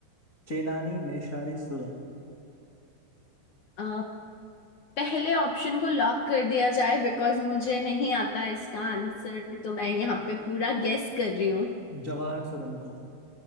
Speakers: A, on the left; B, on the left.
A: चेनानी नेशारी सुरंग
B: अ, पहले ऑप्शन को लॉक कर दिया जाए बिकॉज मुझे नहीं आता इसका आंसर तो मैं यहाँ पे पूरा गेस कर रही हूँ।
A: जवाहर सुरंग को